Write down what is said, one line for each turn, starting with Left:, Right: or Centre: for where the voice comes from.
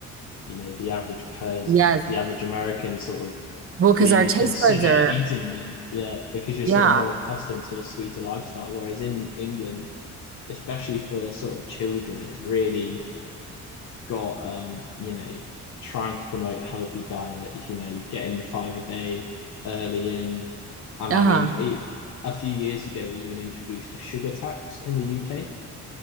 Left: you know, the average person,
Right: Yes.
Left: the average American sort of
Right: Well, because
Left: would even
Right: our taste
Left: consider
Right: buds are,
Left: eating them. Yeah, because you're
Right: yeah.
Left: sort of more accustomed to a sweeter lifestyle. Whereas in England, especially for sort of children, it's really got um, you know, trying to promote a healthy diet, you know, getting your five a day early in. And
Right: Uh-huh.
Left: I mean, it, a few years ago, we even introduced a sugar tax in the UK.